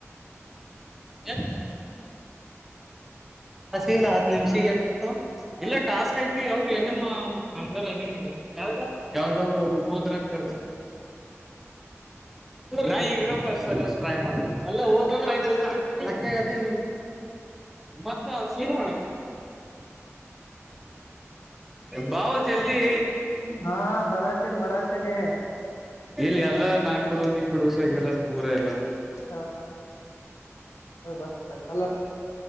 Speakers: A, in the centre; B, on the left.
A: ಎ <unintelligible> ಹಸಿ ಇಲ್ಲ ಹತ್ತು ನಿಮಿಷ ಎಟ ಬರ್ತ ಇಲ್ಲ ಟಾಸ್ಕ್ ಐತಿ ಅವ್ರರು ಏನಮ್ಮ ಅಂದಾರ ಅದೇ ಮಾಡ ಯಾವ ಹೋದ್ರಂತ ನ ಈಗ್ರ ಫಸ್ಟ್ ಟ್ರೈ ಮಾಡ ಅಲ್ಲ ಹೋದ್ರೂರುಪಾಯಿ ಮತ್ತ ಸೇ ಮಾಡ ಬಾವಜಲ್ಲಿ
B: ಹಾ ಬರಾತೀನಿ ಬರಾತೀನಿ
A: ಇಲ್ಲಿ ಎಲ್ಲ ನಾ್ ಕೊಡ ನೀನ್ ಕೊಡಸಗಲ್ಲ ಪೂರಾ ಎಲ್ಲ
B: ಹಾ ಹ್ ಬರ್ ಸ ಹಲ